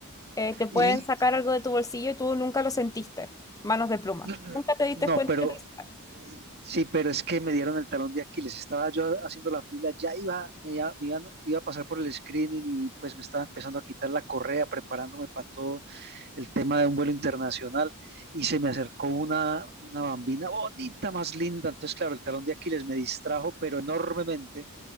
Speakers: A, on the left (about 15°); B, on the right (about 50°).
A: Eh, te pueden
B: Y
A: sacar algo de tu bolsillo y tú nunca lo sentiste. Manos de pluma.
B: mm,
A: Nunca te diste
B: no,
A: cuenta
B: pero
A: que te lo sacaron.
B: eh, sí, pero es que me dieron el talón de Aquiles. Estaba yo haciendo la fila, ya iba, ya iba, me iban- iba a pasar por el screening y pues me estaba empezando a quitar la correa, preparándome para todo. el tema de un vuelo internacional y se me acercó una, una bambina bonita, más linda. Entonces, claro, el talón de Aquiles me distrajo, pero enormemente,